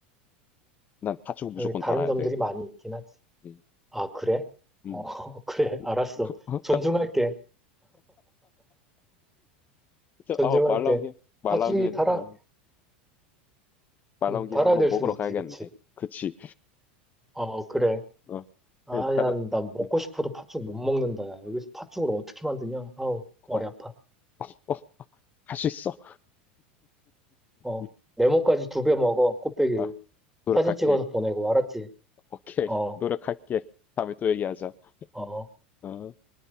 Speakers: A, on the left; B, in the centre.
A: 난 팥죽은 무조건
B: 어, 다른
A: 달아야
B: 점들이
A: 돼.
B: 많이 있긴 하지.
A: 응.
B: 아, 그래? 어,
A: 음, 음.
B: <laughs> 그래. 알았어.
A: <laughs>
B: 존중할게. 존중할게.
A: 어, 말 나온 김에 말
B: 팥죽이
A: 나온 김에
B: 달아,
A: 어, 말
B: 음,
A: 나온 김에
B: 달아야
A: 한번
B: 될
A: 먹으러
B: 수도 있지.
A: 가야겠네.
B: 그치?
A: 그치?
B: 어, 그래.
A: 어,
B: 아,
A: 이따가
B: 야, 나 먹고
A: 음,
B: 싶어도 팥죽 못 먹는다. 야. 여기서 팥죽을 어떻게 만드냐? 아우, 머리
A: 어,
B: 아파.
A: 어, 할 수 있어.
B: 어,
A: 음,
B: 네모까지 두 배 먹어. 꽃배기로.
A: 아, 노력할게.
B: 사진 찍어서 보내고, 알았지?
A: 오케이,
B: 어,
A: 노력할게. 다음에 또 얘기하자.
B: 어.
A: 어.